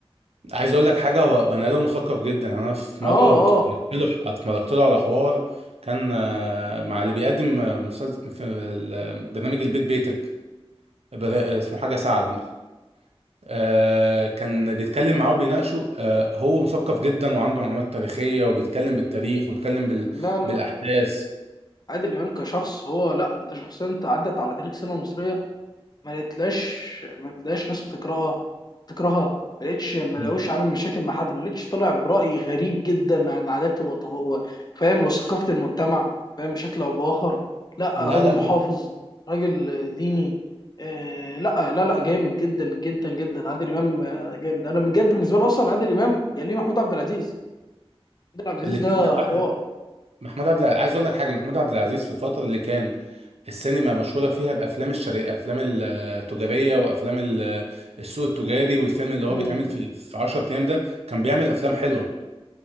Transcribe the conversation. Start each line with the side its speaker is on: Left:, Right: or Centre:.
Right: عايز اقول لك حاجه هو بني ادم مثقف جدا انا في
Left: اه
Right: مره اتفرجت
Left: اه
Right: له اتفرجت له على حوار كان آه، مع اللي بيقدم آه، مسلسل في ال- برنامج البيت بيتك بر- اسمه حاجه سعد آه، كان بيتكلم معاه وبيناقشه آه، هو مثقف جدا وعنده معلومات تاريخية وبيتكلم بالتاريخ وبيتكلم بال...
Left: لا لا
Right: بالأحداث
Left: لا عادل امام كشخص هو لا انت شخصيه انت عدت على تاريخ السينما المصريه ما لقيتلاش ما لقيتلاش ناس بتكرهها بتكرهها ما لقيتش ما
Right: مم.
Left: لقوش عامل مشاكل مع حد ما لقيتش طلع برأي غريب جدا عن عاداته وط- و- فاهم وثقافة المجتمع فاهم بشكل او بآخر لا
Right: لا
Left: راجل
Right: لا
Left: محافظ
Right: هو
Left: راجل ديني آه لا لا لا جامد جدا جدا جدا عادل امام آه، جامد انا بجد بالنسبه لي اصلا عادل امام يليه محمود عبد العزيز محمود عبد العزيز
Right: الاتنين
Left: ده
Right: كانوا
Left: حوار
Right: أحلى محمود عبد العزيز عايز أقول لك حاجة محمود عبد العزيز في الفترة اللي كان السينما مشهورة فيها بأفلام الشرق أفلام التجارية وأفلام ال- السوق التجاري والفيلم اللي هو
Left: مم.
Right: بيتعمل في في 10 أيام ده كان بيعمل أفلام حلوة